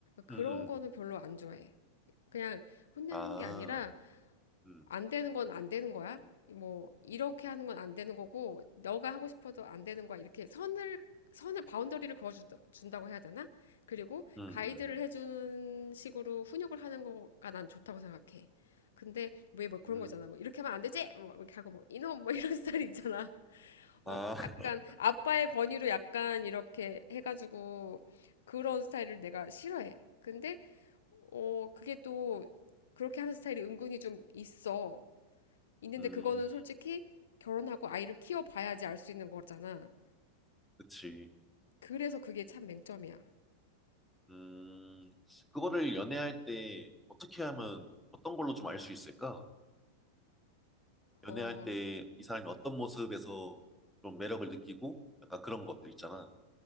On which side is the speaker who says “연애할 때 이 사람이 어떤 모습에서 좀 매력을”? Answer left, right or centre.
Centre